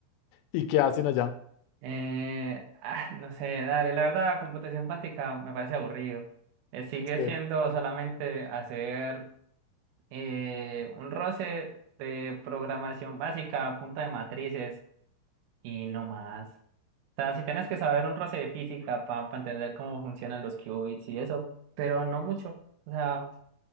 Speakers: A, on the left (about 80°); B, on the right (about 85°).
A: ¿Y qué hacen allá?
B: Eh, ah, no sé, dale, la verdad, computación cuántica me parece aburrido. Eh, sigue
A: Sí.
B: siendo solamente hacer eh, un roce de programación básica a punta de matrices y no más. O sea, si tienes que saber un roce de física para entender cómo funcionan los qubits y eso, pero no mucho. O sea,